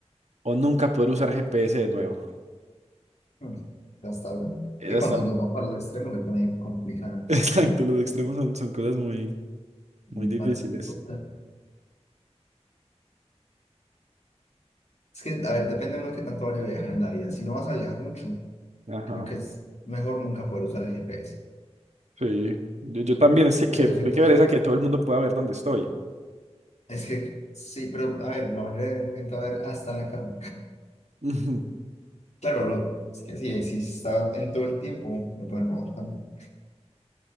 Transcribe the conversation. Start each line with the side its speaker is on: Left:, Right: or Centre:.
Right: o nunca poder usar GPS de nuevo?
Left: Mm, Hasta ahora.
Right: Esa
Left: Que
Right: está...
Left: cuando nos vamos para el extremo se pone complicada.
Right: <laughs> Exacto, los extremos son, son cosas muy, muy
Left: Un
Right: difíciles.
Left: partido. Es que, a ver, depende de uno que tanto vaya a viajar en la vida. Si no vas a viajar mucho,
Right: Ajá,
Left: creo que es mejor nunca poder usar el G P S
Right: sí. Yo, yo también, es que qué,
Left: Pero si
Right: qué
Left: uno tiene.
Right: pereza que todo el mundo pueda ver dónde estoy.
Left: Es que, sí, pero a ver, la mayoría de gente, a ver, hasta en la casa.
Right: Ujú.
Left: Claro, lo, es que sí, si está en todo el tiempo, me pueden robar también.